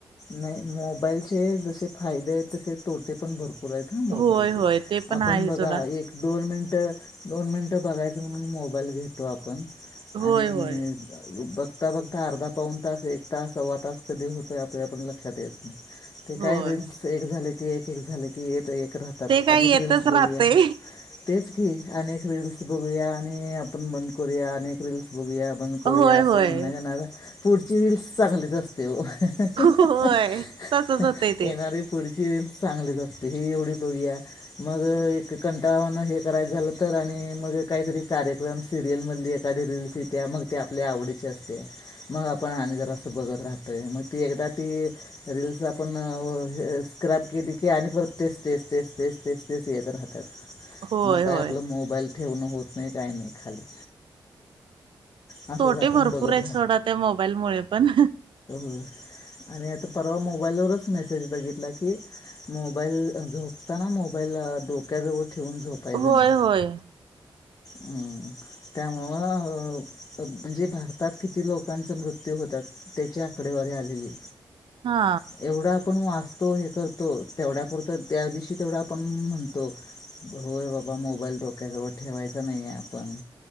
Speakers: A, on the left; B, on the right.
A: नाही मोबाईलचे जसे फायदे आहेत तसे तोटे पण भरपूर आहेत ना मोबाईलचे
B: होय होय ते पण
A: आपण
B: आहे
A: बघा
B: सोडा
A: एक दोन मिनट दोन मिनिटं बघायच म्हणून मोबाईल घेतो आपण
B: होय
A: आणि
B: होय
A: बघता बघता. आता अर्धा पाऊन तास एक तास सव्वा तास कधी होतोय आपल्या आपण लक्षात येत नाही. ते
B: होय
A: काय रिल्स एक झाले की, एक, एक झाले की, एक एक. राहतात
B: ते काय
A: अनेक
B: येतच
A: रीलस
B: राहतय
A: बघूया तेच की. अनेक रीलस बघूया आणि आपण बंद करूया अनेक रीलस. बघूया बंद करूया
B: होय
A: असं
B: होय
A: म्हणणं येणार पुढची रीलस चांगलीच असते. तेव <unintelligible>
B: होय तसच होतय ते
A: येणारी पुढचीरील चांगलीच असते हेी एवढी बघूया मग एक कंटाळावान हे करायचं झालं तर आणि मग. काहीतरी कार्यक्रम सिरियल मधली एखादी रीलस येत्या मग ते आपल्या आवडीचे असते. मग आपण आणि जरा असं बघत राहतोय मग ती एकदा ती रीलस आपण स्क्रब केली की आणि परत तेच तेच तेच तेच तेच. ते येत राहतात
B: होय
A: मग काय
B: होय
A: आपलं मोबाईल. ठेवण होत नाही काही नाही खाली असंच
B: तोटे
A: आपण
B: भरपूर
A: बघत
B: आहेत सोडा त्या मोबाईल मुळ पण.
A: हं <inaudible> आणि आता परवा मोबाईलवरच मेसेज बघितला की मोबाईल झोपताना मोबाईल मोबाईल डोक्याजवळ ठेऊन झोपायच
B: होय
A: नाही.
B: होय
A: होय होय ह त्यामुळं मग म्हणजे भारतात किती लोकांचं मृत्यू होत्यात तेची आकडेवारी आलेली
B: हा
A: <inaudible> एवढा आपण वाच तो, हे करतो तेवढ्यापुरतं त्या दिवशी तेवढं आपण म्हणतो होय बाबा! मोबाईल डोक्याजवळ ठेवायचा नाही आपण